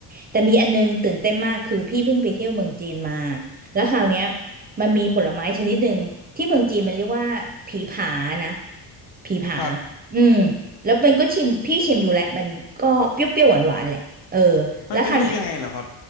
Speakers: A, on the right (about 20°); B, on the left (about 60°).
A: แต่มีอันนึงตื่นเต้นมากคือพี่เพิ่งไปเที่ยวเมืองจีนมาแล้วคราวเนี้ยมันมีผลไม้ชนิดหนึ่งที่เมืองจีนมันเรียกว่าผีผานะผีผา
B: ครับ
A: อืมแล้วเป็นก็ชิมพี่ชิมดูแหละมันก็เปรี้ยวๆหวานๆแหละเออ แล้วคราวนี้
B: มันเป็นลูกยังไงเหรอครับ